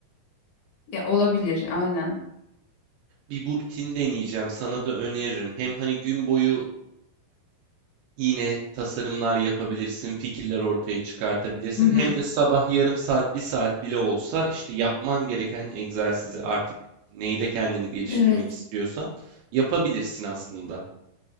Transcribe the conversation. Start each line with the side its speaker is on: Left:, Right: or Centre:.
Left: Ya olabilir aynen.
Right: Bir bu rutin deneyeceğim, sana da öneririm. Hem hani gün boyu yine tasarımlar yapabilirsin, fikirler ortaya çıkartabilirsin.
Left: Hı hı.
Right: Hem de sabah yarım saat, bir saat bile olsa işte yapman gereken egzersizi artık neyde kendini geliştirmek
Left: Evet.
Right: istiyorsan yapabilirsin aslında.